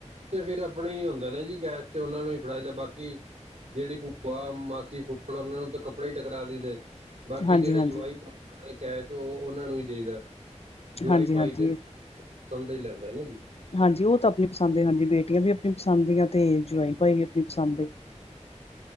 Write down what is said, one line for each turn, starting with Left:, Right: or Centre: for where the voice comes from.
Right: ਫਿਰ ਆਪਣੇ ਹੀ ਹੁੰਦਾ ਨਾ ਜੀ ਗੈਸ ਤੇ ਉਹਨਾਂ ਨੂੰ ਹੀ ਫੜਾਈਦਾ ਬਾਕੀ ਜਿਹੜੀ ਭੂਆ ਮਾਸੀ ਫੂਫੜ ਉਹਨਾਂ ਨੂੰ ਤਾਂ ਕੱਪੜੇ ਹੀ ਟਕਰਾ ਦੇ ਦੇ ਬਾਕੀ
Left: ਹਾਂਜੀ
Right: ਜਿਹੜੇ
Left: ਹਾਂਜੀ
Right: ਜਵਾਈ ਭਾਈ ਨੇ ਕੈਸ਼ ਉਹ ਉਹਨਾਂ ਨੂੰ ਹੀ ਦੇ ਦਾ ਜਵਾਈ
Left: ਹਾਂਜੀ
Right: ਭਾਈ
Left: ਹਾਂਜੀ
Right: ਤੇ ਪਸੰਦ ਦੇ ਈ ਲੈਂਦਾ ਹੈਾ ਜੀ
Left: ਹਾਂਜੀ, ਓ ਤਾਂ ਅਪਨੀ ਪਸੰਦ ਦੇ, ਹਾਂਜੀ ਬੇਟੀਆਂ ਵੀ ਆਪਨੀ ਪਸੰਦ ਦੀਆਂ ਤੇ ਜਵਾਈਂ ਭਾਈ ਵੀ ਆਪਨੀ ਪਸੰਦ ਦੇ।
Right: <inaudible>